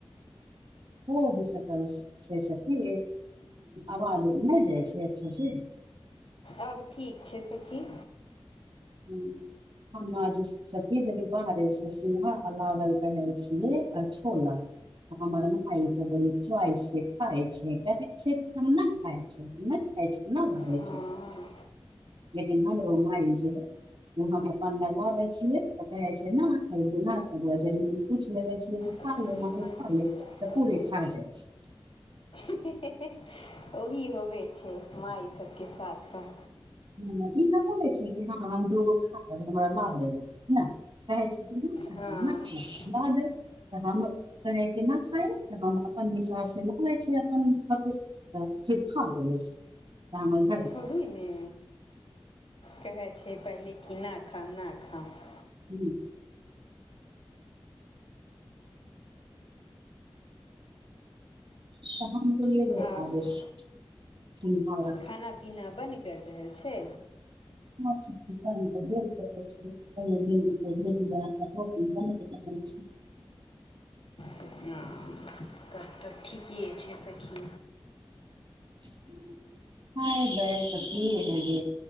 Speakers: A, on the right; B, on the left.
A: हो भी सकय छै। सखी आवाज नहि जाइ छै। अच्छा से।
B: आब ठीक छै। सखी।
A: ह हम आज। सखी जनी बाहरे से सोहा लागल रहे छिय आ छोला। हमर माय त बड़ी चॉइस से खााय छै। कहे छै। कि हम नहि खाय छै। आबय छै। ना बनबे।
B: हँ।
A: लेकिन हमरो माई जे है। ओ हम अप्पन लगाबै छियै तऽ कहै छै। नहि खेबौ खेबो हम पूछि लेबै छियै। खा
B: लादी
A: ले माई
B: चाही
A: खा ले त पूरे खा जाइ छै।
B: हे हे हे ओही होबे छै। माई सभ के साथ तऽ।
A: ह ई न बोलै छै। कि हँ हम दूगो खाब हमरा लऽ लेब ना। चाहै छै। कि नहि खाय
B: हँ
A: न खा ल दे। तऽ हम कहै के नहि खाय तऽ हम अप्पन हिसाब से न लै छै। अपन ख। तऽ खा लेबै छै। त।
B: ओहि ने कहै छै। पहिले कि नहि खाब नहि खाब।
A: हूम्म। त हम त लेले
B: आब
A: आबय छी सिघड़ा।
B: खाना पीना बनि गेल रहल छै।
A: मांछ के के झोर। भिंडी के भुजिया आ रोटी बन। रहल छय।
B: ह तब तऽ ठीके छै। सखी।
A: हूँ। ह गेय तऽ की है जे